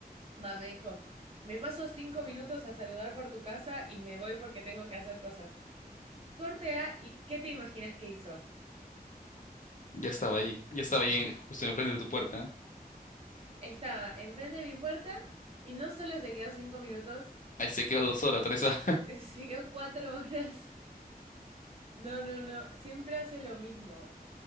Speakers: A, on the right; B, on the left.
A: va, me dijo, me paso cinco minutos a saludar por tu casa y me voy porque tengo que hacer cosas. Corte A, ¿y qué te imaginas que hizo?
B: Ya estaba ahí, ya estaba ahí en- justo enfrente de tu puerta.
A: Estaba enfrente de mi puerta y no solo se quedó cinco minutos,
B: Ahí se quedó dos horas, tres horas. <laughs>
A: <laughs> Se quedó cuatro horas. No, no, no. Siempre hace lo mismo. <laughs>